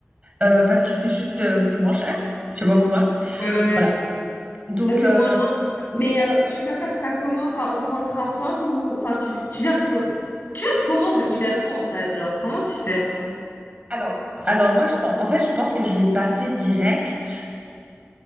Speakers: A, on the right; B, on the left.
A: Euh, parce que c'est juste, euh, c'était moins cher. Je sais pas pourquoi.
B: Ouais.
A: Voilà. Donc,
B: Bah, c'est
A: euh,
B: moins loin. Mais euh, tu vas faire ça comment? Enfin, on prend le train ensemble ou... Enfin, tu, tu viens de... com- Tu viens de comment de Yverdon, en fait? Genre, comment tu fais?
A: alors, alors moi, je pense, en fait, je pense que je vais passer direct